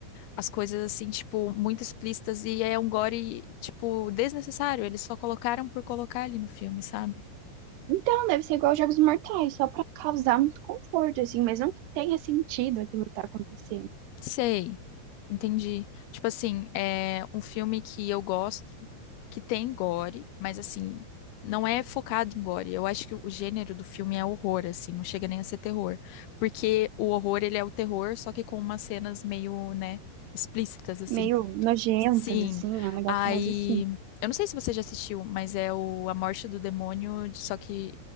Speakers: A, on the left; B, on the right.
A: as coisas assim, tipo, muito explícitas e é um gore, tipo, desnecessário. Eles só colocaram por colocar ali no filme, sabe?
B: Então, deve ser igual aos Jogos Mortais, só pra causar muito conforto, assim, mas não que tenha sentido aquilo que tá acontecendo.
A: Sei, entendi. Tipo assim, é um filme que eu gosto, que tem gore, mas assim, não é focado em gore. Eu acho que o gênero do filme é horror, assim, não chega nem a ser terror. Porque o horror, ele é o terror, só que com umas cenas meio, né, explícitas, assim.
B: Meio nojentas,
A: Sim,
B: assim, é um negócio
A: aí.
B: mais assim.
A: Eu não sei se você já assistiu, mas é o A Morte do Demônio, só que